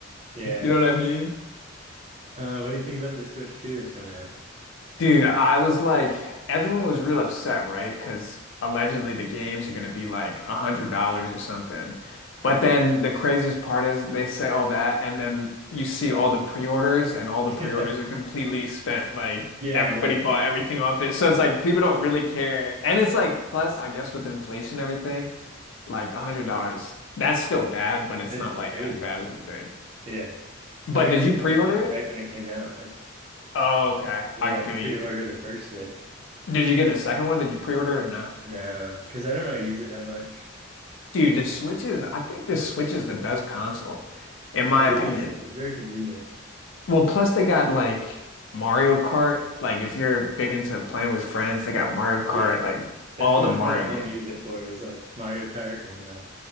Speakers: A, on the right; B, on the left.
A: Yeah.
B: You know what I mean?
A: Uh, what do you think about the Switch 2 that's coming out? <laughs>
B: Dude, I was like, everyone was real upset, right? Because allegedly the games are going to be like a hundred dollars or something. But then the craziest part is they say all that, and then you see all the pre-orders, and all
A: Yeah.
B: the pre-orders are completely spent. Like
A: Yeah,
B: everybody
A: I know.
B: bought everything off it, so it's like people don't really care. And it's like, plus, I guess with inflation and everything, like a hundred dollars, that's still bad, but it's
A: It's
B: not like
A: crazy.
B: as bad as you think.
A: Yeah.
B: But
A: I got
B: did you
A: the
B: pre-order
A: Switch like
B: it?
A: right when it came out. Like,
B: Oh, okay,
A: yeah,
B: I feel
A: I pre-ordered
B: you.
A: the first Switch.
B: Did you get the second one? Did you pre-order it or no?
A: No, because I don't really use it that much.
B: Dude, the Switch is, I think the Switch is the best console, in my
A: I do
B: opinion.
A: like it. It's very convenient.
B: Well, plus they got like Mario Kart. Like if you're big into playing with friends, they got Mario Kart,
A: Yeah.
B: like
A: That's
B: all
A: pretty
B: the Mario
A: much what I only
B: games.
A: use it for is like Mario Kart and uh